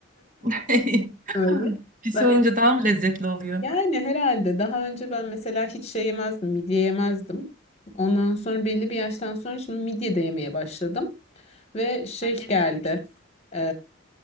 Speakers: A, on the right; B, on the left.
A: <laughs>
B: <laughs> Öyle.
A: Pis
B: Ben
A: olunca daha mı lezzetli oluyor?
B: yani herhalde daha önce ben mesela hiç şey yemezdim, midye yemezdim. Ondan sonra belli bir yaştan sonra şimdi midye de yemeye başladım. Ve şey geldi, eee,